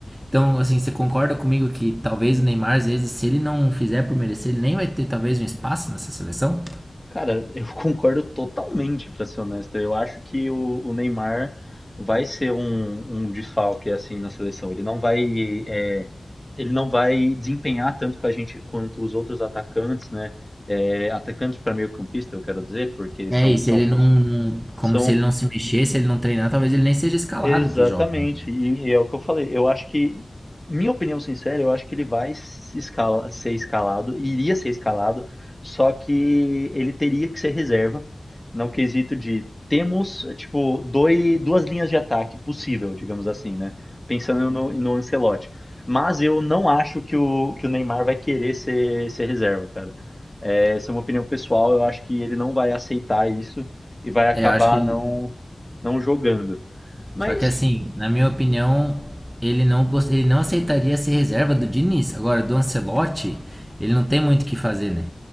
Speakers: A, on the right; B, on the left.
A: Então, assim, você concorda comigo que talvez o Neymar, às vezes, se ele não fizer por merecer, ele nem vai ter talvez um espaço nessa seleção?
B: Cara, eu <laughs> concordo totalmente, pra ser honesto. Eu acho que o, o Neymar vai ser um, um desfalque assim na seleção. Ele não vai, é, ele não vai desempenhar tanto com a gente quanto os outros atacantes, né? É, atacantes para meio-campista, eu quero dizer, porque
A: É,
B: são,
A: e se
B: são,
A: ele
B: fun-
A: não, não-
B: são
A: como se ele não se mexer se ele não treinar, talvez ele nem seja escalado
B: Exatamente.
A: para os jogos. né?
B: E, e é o que eu falei. Eu acho que, minha opinião sincera, eu acho que ele vai se escala- ser escalado, iria ser escalado, só que ele teria que ser reserva, no quesito de temos, tipo, dois, duas linhas de ataque possível, digamos assim, né? Pensando no, no Ancelotti. Mas eu não acho que o, que o Neymar vai querer ser, ser reserva, cara. É, essa é uma opinião pessoal, eu acho que ele não vai aceitar isso e vai acabar
A: É, eu acho que ele,
B: não, não jogando. Mas
A: Só que assim, na minha opinião, ele não gost... ele não aceitaria ser reserva do Diniz. Agora, do Ancelotti, ele não tem muito o que fazer, né?